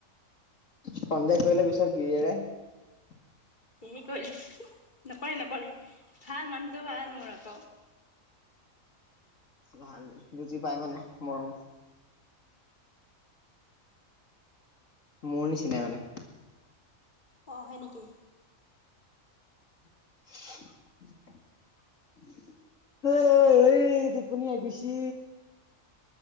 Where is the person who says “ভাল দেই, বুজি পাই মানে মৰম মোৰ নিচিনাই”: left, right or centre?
Left